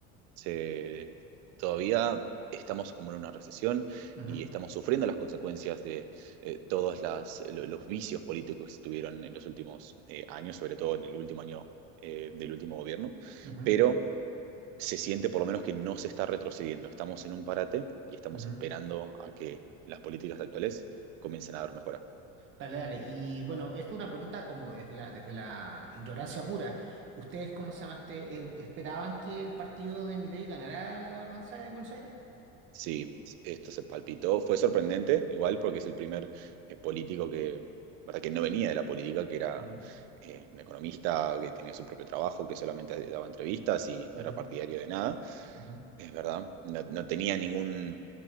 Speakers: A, on the right (about 70°); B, on the right (about 40°).
A: se, todavía estamos como en una recesión
B: Ujú,
A: y estamos sufriendo las consecuencias de eh, todos las- lo- los vicios políticos que se tuvieron en los últimos eh, años, sobre todo en el último año eh, del último gobierno.
B: ujú,
A: Pero se siente por lo menos que no se está retrocediendo. Estamos en un parate y estamos
B: ujú.
A: esperando a que las políticas actuales comiencen a dar mejora.
B: Dale, dale. Y bueno, esto es una pregunta como desde la, desde la ignorancia pura. ¿Ustedes, cómo se llamaste, eh, esperaban que el partido de Milei ganara la gobernanza de Buenos Aires?
A: Sí, esto se palpitó. Fue sorprendente, igual, porque es el primer eh, político que, ¿verdad? que no venía de la política, que era
B: ujú,
A: eh, un economista que tenía su propio trabajo, que solamente daba entrevistas y
B: ujú,
A: no era partidario de nada,
B: ujú,
A: es verdad. No, no tenía ningún,